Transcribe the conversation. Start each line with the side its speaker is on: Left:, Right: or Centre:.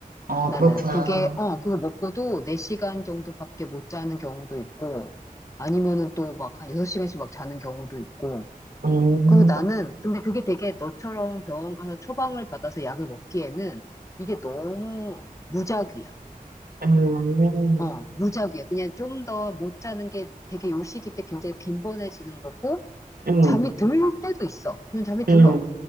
Right: 아,
Left: 나는
Right: 그렇구나.
Left: 그게 어 그거 먹고도 4시간 정도밖에 못 자는 경우도 있고 아니면은 또 막 한 6시간씩 막 자는 경우도 있고.
Right: 음,
Left: 그리고 나는 근데 그게 되게 너처럼 병원 가서 처방을 받아서 약을 먹기에는 이게 너무 무작위야.
Right: 음,
Left: 어, 무작위야. 그냥 좀 더 못 자는 게 되게 요 시기 때 굉장히 빈번해지는 거고
Right: 음,
Left: 잠이
Right: 음,
Left: 들 때도 있어. 그냥 잠이 들어.
Right: 음.